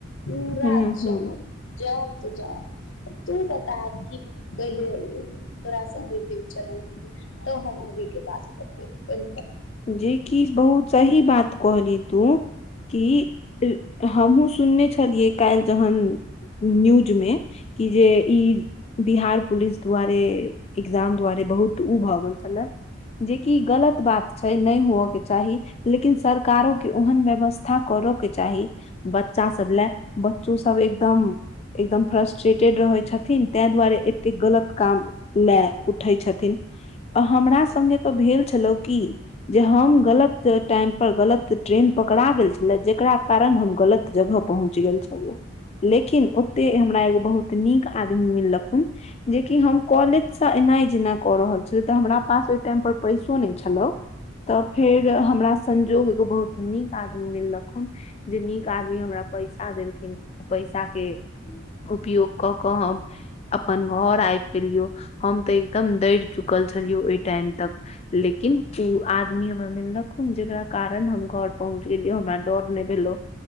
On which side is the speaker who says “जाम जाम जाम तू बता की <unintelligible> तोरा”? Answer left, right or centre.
Left